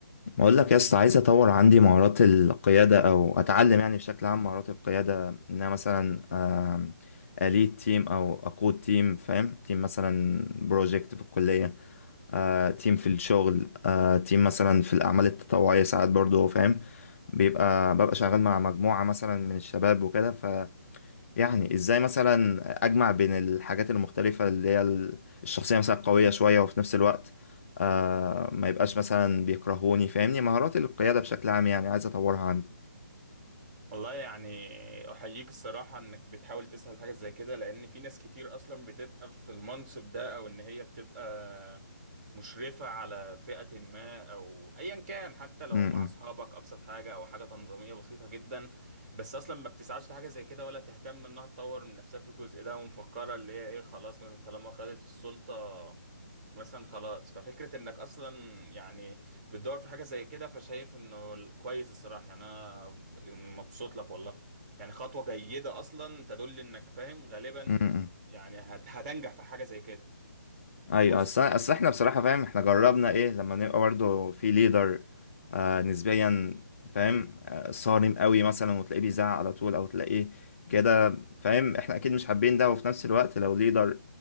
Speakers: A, on the left; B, on the right.
A: بقول لك يا اسطى عايز اطور عندي مهارات القياده او اتعلم يعني بشكل عام مهارات القياده ان انا مثلا آم، اليد تيم او اقود تيم فاهم تيم مثلا بروجكت في الكليه آه، تيم في الشغل آه، تيم مثلا في الاعمال التطوعيه ساعات برضو فاهم بيبقى ببقى شغال مع مجموعه مثلا من الشباب وكده يعني ازاي مثلا اجمع بين الحاجات المختلفة اللي هي ال- الشخصية مثلا قوية شوية وفي نفس الوقت آه ما يبقاش مثلا بيكرهوني فاهمني مهارات القيادة بشكل عام يعني عايز اطورها عندي
B: والله يعني احييك الصراحة انك بتحاول تسهل حاجة زي كده لان في ناس كتير اصلا بتبقى في المنصب ده او ان هي بتبقى مشرفة على فئة ما او ايا كان حتى لو
A: م- م-
B: مع اصحابك ابسط حاجة او حاجة تنظيمية بسيطة جدا بس اصلا ما بتسعاش لحاجة زي كده ولا تهتم انها تطور من نفسها في الجزء ده ومفكرة اللي هي ايه خلاص مثلا طالما خدت السلطة مثلا خلاص ففكرة انك اصلا يعني بتدور في حاجة زي كده فشايف انه كويس الصراحة يعني انا مبسوط لك والله يعني خطوة جيدة اصلا تدل انك فاهم غالبا
A: م- م.
B: يعني هت... هتنجح في حاجة زي كده
A: ايوه
B: بص
A: اصل اصل احنا بصراحه فاهم احنا جربنا ايه لما نبقى برضه في ليدر آه نسبيا فاهم آه صارم قوي مثلا وتلاقيه بيزعق على طول او تلاقيه كده فاهم احنا اكيد مش حابين ده وفي نفس الوقت لو ليدر